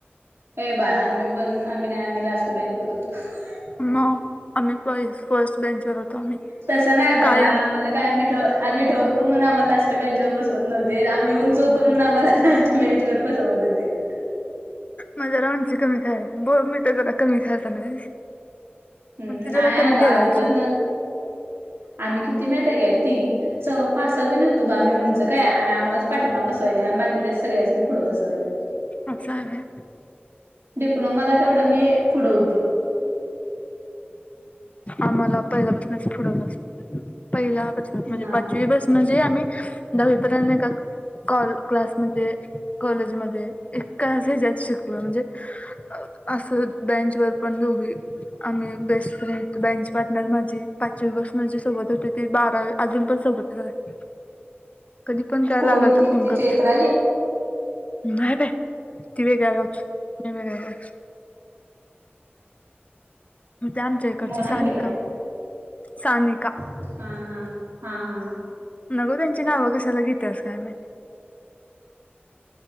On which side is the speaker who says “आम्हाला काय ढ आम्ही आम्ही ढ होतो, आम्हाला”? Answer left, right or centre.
Right